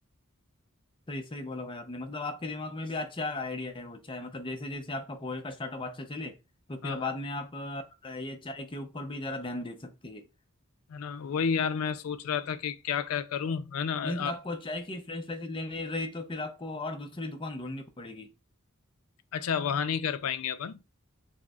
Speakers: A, on the left (about 25°); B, on the left (about 90°).
A: सही सही बोला भाई आपने मतलब आपके दिमाग में भी अच्छा आइडिया है वो चाय मतलब जैसे जैसे आपका पोहे का स्टार्टअप अच्छा चले तो
B: हाँ
A: फिर बाद
B: हाँ
A: में आप अ, ये चाय के ऊपर भी जरा ध्यान दे सकते हैं
B: है ना वही यार मैं सोच रहा था कि क्या क्या करूं है ना
A: मीन्स
B: आप
A: आपको चाय की फ्रेंच फ्राइज लेनी रही तो फिर आपको और दूसरी दुकान ढूंढनी पड़ेगी
B: अच्छा वहां नहीं कर पाएंगे अपन